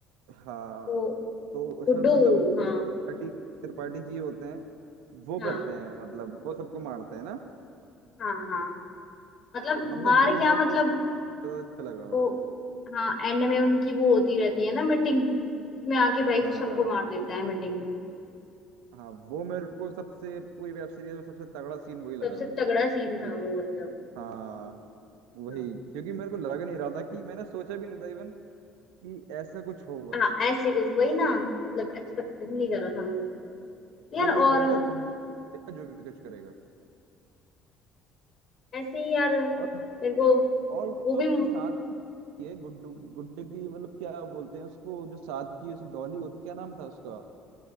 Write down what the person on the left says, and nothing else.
तो
गुड्डू
हाँ
हाँ
हाँ हाँ हाँ। मतलब
मार
क्या
मतलब
वो
हाँ एंड में उनकी वो होती रहती है ना मीटिंग उसमें आके भाई
को सबको मार देता है मीटिंग
सबसे
तगड़ा सीन
था वो मतलब
हाँ
हाँ ऐसे कुछ वही ना मतलब एक्सपेक्ट नहीं करा था हमने यार
और
हाँ,
ऐसे ही यार मेरे
को
वो
भी